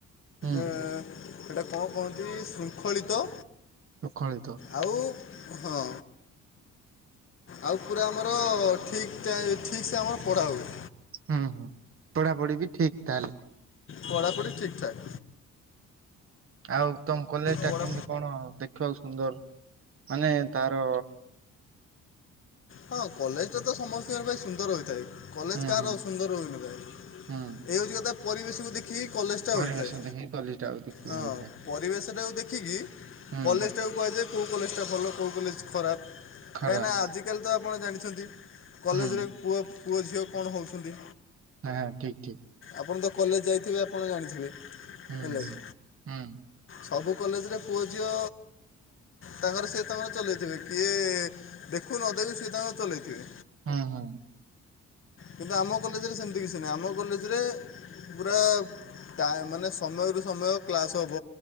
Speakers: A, on the right; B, on the left.
A: ହୁଁ
B: ଏଁ ହେଟା କଣ କହନ୍ତି ଶୃଙ୍ଖଳିତ
A: ମୁଖଳିତ।
B: ଆଉ ହଁ। ଆଉ ପୁରା ଆମର ଠିକ୍ ଟା ଠିକ୍ ସେ ଆମର ପଢ଼ା ହୁଏ।
A: ହୁଁ ହୁଁ ପଢ଼ାପଢ଼ି ବି ଠିକ୍ ତାହେଲେ।
B: ପଢ଼ାପଢ଼ି ଠିକ୍ ଠାକ୍।
A: ଆଉ ତମ କଲେଜ ଟା
B: ପଢ଼ା
A: କେମତି? କଣ ଦେଖିବାକୁ ସୁନ୍ଦର ମାନେ ତାର
B: ହଁ କଲେଜ ଟା ତ ସମସ୍ତିଙ୍କର ପାଇଁ ସୁନ୍ଦର ହୋଇଥାଏ। କଲେଜ
A: ହୁଁ
B: କାହାର
A: ହୁଁ
B: ଅସୁନ୍ଦର ହୋଇନଥାଏ
A: ହୁଁ
B: ଏଇଆ ହଉଛି କଥା ପରିବେଶକୁ ଦେଖିକି କଲେଜ ଟା
A: ପରିବେଶ
B: ହୋଇଥାଏ
A: ଦେଖିକି କଲିଟା ଆଉ ଦେଖି
B: ହଁ
A: ହେଇଥାଏ
B: ପରିବେଶଟା କୁ ଦେଖିକି
A: ହୁଁ
B: କଲେଜ। ଟାକୁ କୁହାଯାଏ କୋଉ କଲେଜଟା ଭଲ କୋଉ କଲେଜ ଖରାପ
A: ଖରାପ
B: କାହିଁକିନା ଆଜିକାଲି ତ ଆପଣ ଜାଣିଛନ୍ତି। କଲେଜ
A: ହୁଁ
B: ରେ ପୁଅ ପୁଅ ଝିଅ କଣ ହଉଛନ୍ତି।
A: ହାଁ ହାଁ ଠିକ୍ ଠିକ୍।
B: ଆପଣ ତ କଲେଜ ଯାଇଥିବେ ଆପଣ ଜାଣିଥିବେ।
A: ହୁଁ
B: ହେଲା
A: ହୁଁ
B: କି
A: ହୁଁ।
B: ସବୁ କଲେଜରେ ପୁଅ ଝିଅ ତାଙ୍କର ସିଏ ତାଙ୍କର ଚଲେଇ ଥିବେ କିଏ। ଦେଖୁ ନଦେଖେ ସିଏ ତାଙ୍କର ଚଲେଇ ଥିବେ।
A: ହୁଁ ହୁଁ।
B: କିନ୍ତୁ ଆମ କଲେଜରେ ସେମିତି କିଛି ନାହିଁ ଆମ କଲେଜରେ। ପୁରା ଟା ମାନେ ସମୟରୁ ସମୟ କ୍ଲାସ୍ ହବ।